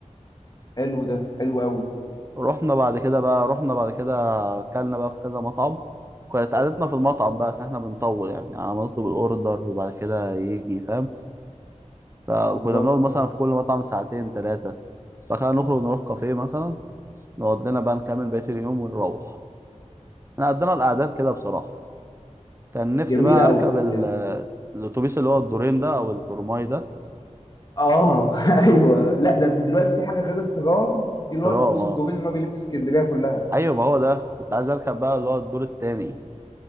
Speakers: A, on the left; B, on the right.
A: حلو ده حلو قوي
B: رحنا بعد كده بقى رحنا بعد كده اكلنا بقى في كذا مطعم كانت قعدتنا في المطعم بقى عشان احنا بنطول يعني على ما نطلب الاوردر وبعد كده يجي فاهم فكنا
A: بالظبط
B: بنقعد مثلا في كل مطعم ساعتين ثلاثة بعد كده نخرج نروح كافيه مثلا نقعد لنا بقى نكمل بقية اليوم ونروح احنا قضينا الأعداد كده بصراحة كان نفسي
A: جميلة
B: بقى أركب
A: أوي
B: ال-
A: جم-
B: الأتوبيس اللي هو الدورين ده أو الترماي ده
A: آه <laughs> أيوه لا ده في دلوقتي في حاجة غير الترام في اللي
B: ترام
A: هو الأتوبيس الدورين
B: اه
A: اللي هو بيلف اسكندرية كلها
B: أيوة ما هو ده كنت عايز أركب بقى اللي هو الدور التاني